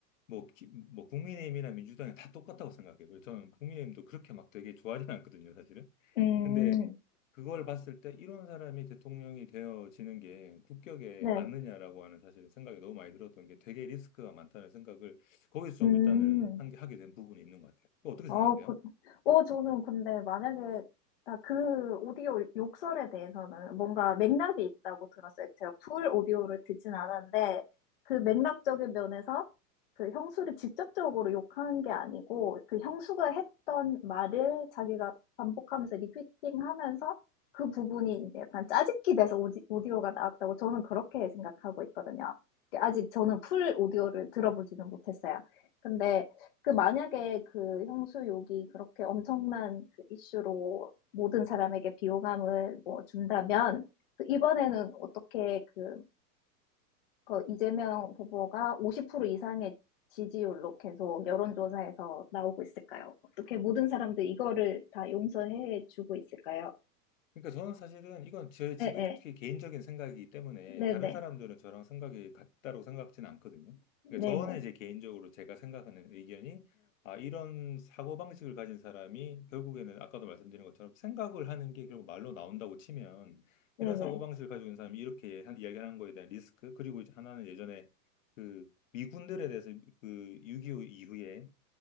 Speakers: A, on the left; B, on the left.
A: 뭐, 기- 뭐 국민의힘이나 민주당이 다 똑같다고 생각해요. 그래서 저는 국민의힘도 그렇게 막 되게 좋아하진 않거든요, 사실은.
B: 음,
A: 근데 그걸 봤을 때 이런 사람이 대통령이 되어지는 게 국격에
B: 네,
A: 맞느냐라고 하는 사실은 생각이 너무 많이 들었던 게 되게 리스크가 많다는 생각을 거기서 좀
B: 음.
A: 일단은 한 게 하게 된 부분이 있는 것 같아요. 그거 어떻게
B: 어,
A: 생각하세요?
B: 그, 어, 저는 근데 만약에, 아, 그 오디오 욕설에 대해서는 뭔가 맥락이 있다고 들었어요. 제가 풀 오디오를 듣진 않았는데, 그 맥락적인 면에서 그 형수를 직접적으로 욕한 게 아니고, 그 형수가 했던 말을 자기가 반복하면서 리피팅 하면서 그 부분이 이제 약간 짜깁기 돼서 오지, 오디오가 나왔다고 저는 그렇게 생각하고 있거든요. 아직 저는 풀 오디오를 들어보지는 못했어요. 근데 그 만약에 그 형수욕이 그렇게 엄청난 그 이슈로 모든 사람에게 비호감을 뭐 준다면 그 이번에는 어떻게 그, 그 이재명 후보가 50% 이상의 지지율로 계속 여론조사에서 나오고 있을까요? 어떻게 모든 사람들 이거를 다 용서해 주고 있을까요?
A: 그러니까 저는 사실은 이건 제 지극히
B: 네,
A: 개인적인 생각이기 때문에
B: 네,
A: 다른
B: 네,
A: 사람들은 저랑 생각이 같다고 생각지는 않거든요.
B: 네,
A: 그러니까 저는
B: 네, 네,
A: 이제 개인적으로 제가 생각하는 의견이 아, 이런 사고방식을 가진 사람이 결국에는 아까도 말씀드린 것처럼 생각을 하는 게 결국 말로 나온다고 치면
B: 네,
A: 이런
B: 네, 네,
A: 사고방식을 가지고 있는 사람이 이렇게 한, 이야기를 한 거에 대한 리스크 그리고 이제 하나는 예전에 그 미군들에 대해서 그6.25 이후에